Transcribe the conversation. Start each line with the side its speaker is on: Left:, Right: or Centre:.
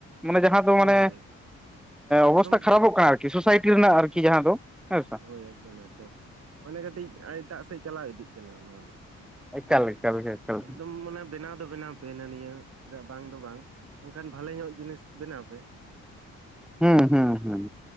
Centre: ᱢᱟᱱᱮ ᱡᱟᱦᱟᱸ ᱫᱚ
Right: ᱦᱳᱭ
Centre: ᱢᱟᱱᱮ
Right: ᱦᱳᱭ ᱮᱠᱫᱚᱢ
Centre: ᱚᱵᱚᱥᱛᱷᱟ ᱠᱷᱟᱨᱟᱯᱚᱜ ᱠᱟᱱᱟ ᱟᱨ ᱠᱤ ᱟᱨᱠᱤ ᱥᱳᱥᱟᱭᱴᱤ ᱨᱮᱱᱟᱜ ᱟᱨᱠᱤ ᱡᱟᱦᱟᱸ ᱫᱚ ᱦᱮᱸ
Right: ᱦᱳᱭ ᱮᱠᱫᱚᱢ ᱮᱠᱫᱚᱢ ᱢᱟᱱᱮ ᱠᱟᱹᱴᱤᱡ ᱮᱴᱟᱜ ᱥᱮᱫ ᱪᱟᱞᱟᱣ ᱤᱫᱤᱜ ᱠᱟᱱᱟ ᱱᱚᱣᱟ ᱫᱚ
Centre: ᱮᱠᱟᱞ ᱮᱠᱟᱞ ᱜᱮ ᱮᱠᱟᱞ
Right: ᱮᱠᱫᱚᱢ ᱢᱟᱱᱮ ᱵᱮᱱᱟᱣ ᱫᱚ ᱵᱮᱱᱟᱣ ᱯᱮᱱᱟ ᱱᱤᱭᱟᱹ ᱪᱮᱫᱟᱜ ᱵᱟᱝ ᱫᱚ ᱵᱟᱝ ᱚᱱᱠᱟᱱ ᱵᱷᱟᱞᱮ ᱧᱚᱜ ᱡᱤᱱᱤᱥ ᱵᱮᱱᱟᱣ ᱯᱮ
Centre: ᱦᱩᱸ ᱦᱩᱸ ᱦᱩᱸ